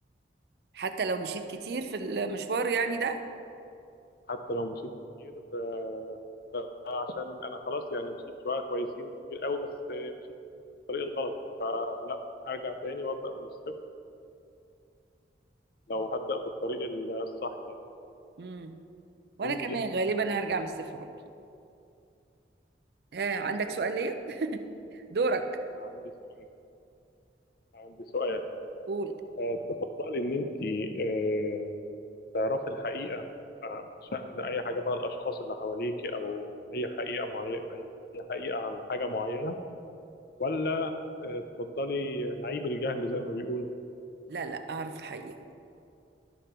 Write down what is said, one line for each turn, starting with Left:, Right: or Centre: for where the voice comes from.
Right: حتى لو مشيت كتير في المشوار يعني ده
Left: حتى لو مشيت كتير آه ده عشان أنا خلاص يعني مشيت شوية كويسين كتير قوي بس آه مشيت في الطريق الغلط فلا أرجع تاني وأبدأ من الصفر لو هبدأ في الطريق الصح يعني
Right: امم وانا
Left: وأنتي
Right: كمان غالبا هرجع من الصفر برضه آه عندك سؤال ليا دورك
Left: عندي سؤال عندي سؤال
Right: قول
Left: آه تفضلي إن أنتي آه تعرفي الحقيقة آه، شأن أي حاجة بقى الأشخاص اللي حواليك أو أي حقيقة معينة أي حقيقة عن حاجة معينة ولا آه، تفضلي نعيب الجهل زي ما بيقولوا
Right: لا لا اعرف الحقيقة